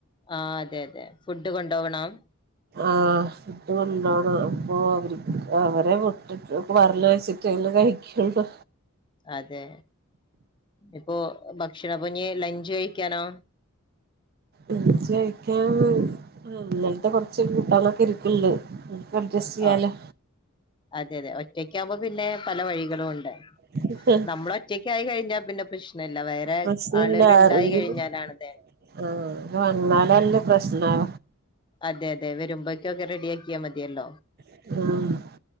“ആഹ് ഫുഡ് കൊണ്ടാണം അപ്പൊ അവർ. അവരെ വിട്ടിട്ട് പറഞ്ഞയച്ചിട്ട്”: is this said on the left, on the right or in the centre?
Right